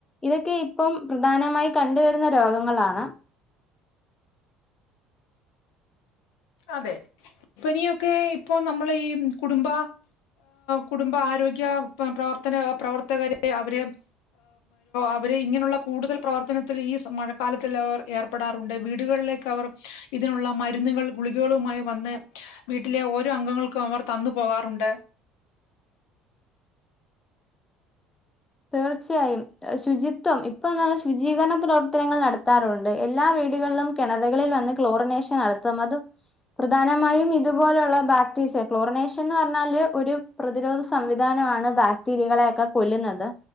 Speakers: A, on the left (about 15°); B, on the left (about 85°).
A: ഇതൊക്കെ ഇപ്പം പ്രധാനമായി കണ്ടുവരുന്ന രോഗങ്ങളാണ്.
B: അതെ എലി പനിയൊക്കെ ഇപ്പൊ നമ്മള് ഈ കുടുംബ കുടുംബ ആരോഗ്യ പ്രവർത്തന പ്രവർത്തകരെ അവരെ അവര് ഇങ്ങനെയുള്ള കൂടുതൽ പ്രവർത്തനത്തിൽ ഈ മഴക്കാലത്തിൽ അവർ ഏർപ്പെടാറുണ്ട്, വീടുകളിലേക്ക് അവർ ഇതിനുള്ള മരുന്നുകളും. ഗുളികകളുമായി വന്ന് വീട്ടിലെ ഓരോ അംഗങ്ങൾക്കും അവർ തന്നു പോകാറുണ്ട്.
A: തീർച്ചയായും ശുചിത്വം ഇപ്പൊ എന്ന് പറഞ്ഞാൽ ശുചീകരണ പ്രവർത്തനങ്ങൾ നടത്താറുണ്ട്, എല്ലാ വീടുകളിലും കിണറുകളിൽ വന്ന് ക്ലോറനേഷൻ നടത്തും അത് പ്രധാനമായും ഇതുപോലെയുള്ള ബാക്ടീസ് ക്ലോറനേഷൻ എന്ന് പറഞ്ഞാല് ഒരു പ്രതിരോധ സംവിധാനമാണ്, ബാക്ടീരിയകളെയൊക്കെ കൊല്ലുന്നത്.